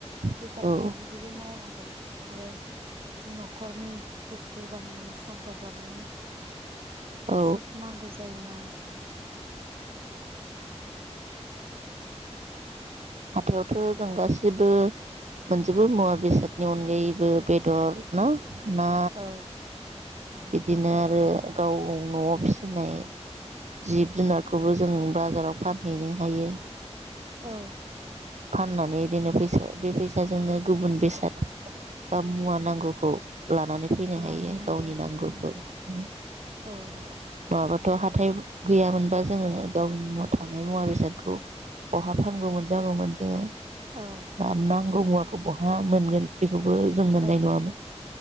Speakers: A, on the right (about 55°); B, on the right (about 80°).
A: बेफार
B: आरो
A: फालांगिबो मावनांगौ आरो बिथिं न'खरनि बुस्थु बाहिनि संसार जानायनि
B: औ
A: सोब नांगौ जायोना
B: हाथायावथ' जों गासिबो मोनजोबो मुवा बेसादनि अनगायैबो बेदर ना ना
A: औ औ
B: बिदिनो आरो गाव न'आव फिसिनाय जिब
A: उम
B: जुनारखौबो जों बाजाराव फानहैनो हायो
A: औ
B: फाननानै इदिनो फैसा बे फैसाजोंनो गुबुन बेसाद बा मुवा नांगौखौ लानानै फैनो
A: लाबोनो
B: हायो गावनि नांगौबो
A: ओं
B: नङाबा
A: औ
B: थ' हाथाय गैयामोनबा जोङो गावनाव थानाय मुवा बेसादखौ बहा फानगौमोन जागौमोन जोङो
A: औ
B: बा नांगौ मुवाखौ बहा मोनगोन बेखौबो जों मोननाय
A: ओं
B: नङामोन